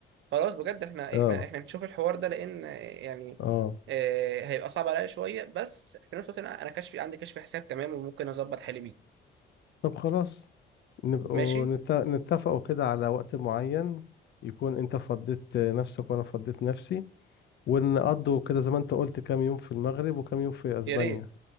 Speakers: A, on the right (about 75°); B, on the left (about 60°).
A: خلاص بجد احنا
B: اه
A: احنا احنا نشوف الحوار ده لان آه، يعني
B: اه
A: آه هيبقى صعب عليا شويه بس في نفس الوقت انا انا كشفي عندي كشف حساب تمام وممكن اظبط حالي بيه
B: طب خلاص نبقوا
A: ماشي
B: نت- نتفقوا كده على وقت معين يكون انت فضيت نفسك وانا فضيت نفسي ونقضوا كده زي ما انت قلت كام يوم في المغرب وكام يوم في اسبانيا
A: يا ريت